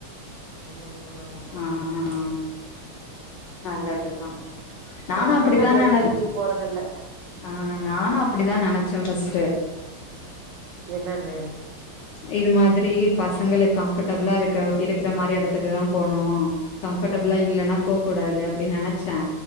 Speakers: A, on the right; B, on the left.
A: ம் ஆமா
B: ஆ ஆ ஆ நல்லதுதா நானு
A: அதனால
B: அப்டிதா
A: நா வெள்ல
B: நெனச்
A: எங்கயு போறதில்ல
B: ஆ நானு அப்டிதா நெனைச்சே ஃபர்ஸ்ட்டு
A: என்னன்னு
B: இது மாதிரி பசங்களுக் கம்ஃபர்ட்டபிளா இருக்க இருக்கற மாரி எடத்துக்கு தா போணு கம்ஃபர்டபிளா இல்லன்னா போக கூடாது அப்டின்னு நெனச்ச